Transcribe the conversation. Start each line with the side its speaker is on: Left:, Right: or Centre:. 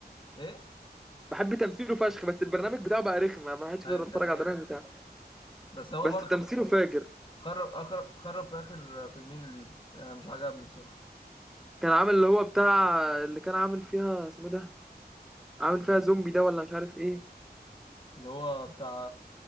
Left: ايه
Centre: بحب تمثيله فشخ بس البرنامج بتاعه بقى رخم ما ما حدش بيقدر
Left: ايوه ده
Centre: يتفرج
Left: حقيقة
Centre: على البرنامج بتاعه
Left: بس هو
Centre: بس
Left: برضه
Centre: تمثيله فاجر
Left: خرب اخر خرب في اخر فيلمين ليه انا مش عجبني بصراحة
Centre: كان عامل اللي هو بتاع اللي كان عامل فيها اسمه ده عامل فيها زومبي ده ولا مش عارف ايه
Left: اللي هو بتاع